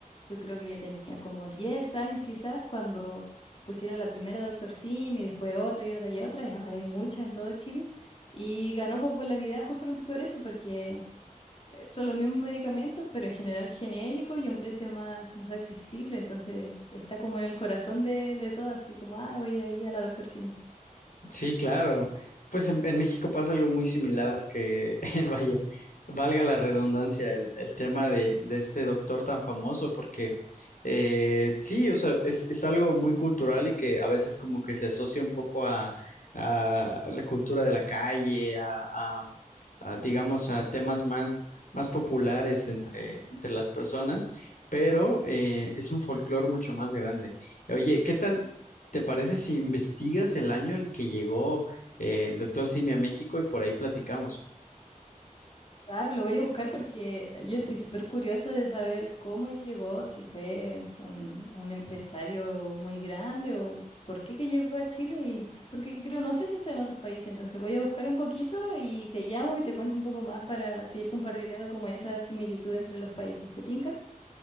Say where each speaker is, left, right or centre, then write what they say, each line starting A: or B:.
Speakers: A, on the left; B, on the left.
A: Yo creo que ya tenía como 10 años quizás cuando pusieron la primera doctor Simi, después otra y otra y otra, y ahora hay muchas en todo Chile. Y ganó popularidad justamente por eso, porque eh, son los mismos medicamentos, pero en general genéricos y a un precio más, más accesible. Entonces está como en el corazón de, de todo, así como, ah, voy a ir ahí a la doctor Simi.
B: Sí, claro. Pues en, en México pasa algo muy similar que, <laughs> vaya, valga la redundancia, el, el tema de, de este doctor tan famoso, porque eh, sí, o sea, es, es algo muy cultural y que a veces como que se asocia un poco a, a la cultura de la calle, a, a- a, digamos, a temas más, más populares entre, entre las personas, pero eh, es un folclore mucho más grande. Oye, ¿qué tal? ¿Te parece si investigas el año en que llegó eh, el doctor Simi a México y por ahí platicamos?
A: Claro, lo voy a buscar porque yo estoy súper curiosa de saber cómo llegó, si fue un, un empresario muy grande o por qué que llegó a Chile y porque creo, no sé si está en otros países, entonces voy a buscar un poquito y te llamo y te cuento un poco más para seguir compartiendo como esa similitud entre los países. ¿Te tinca?